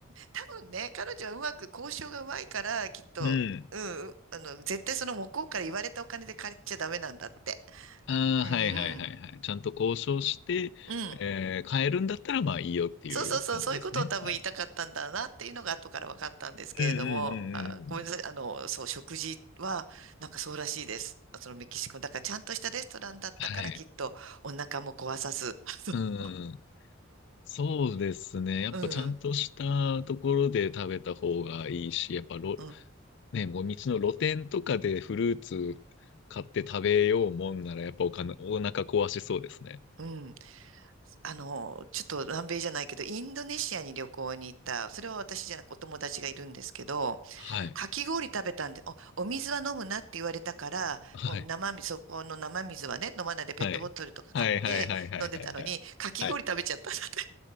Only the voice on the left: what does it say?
うん。
ああ、
はいはいはいはい。ちゃんと交渉して、
えー、買えるんだったらまあいいよっていう感じですね。
はい。うんうんうんうんうん。
はい。
うんうんうん。そうですね。やっぱちゃんとしたところで食べた方がいいし、
やっぱろ、
ね、もう道の露店とかでフルーツ買って食べようもんなら、やっぱお金、お腹壊しそうですね。
はい。
はい。
はい。はいはいはいはいはいはい。
はい。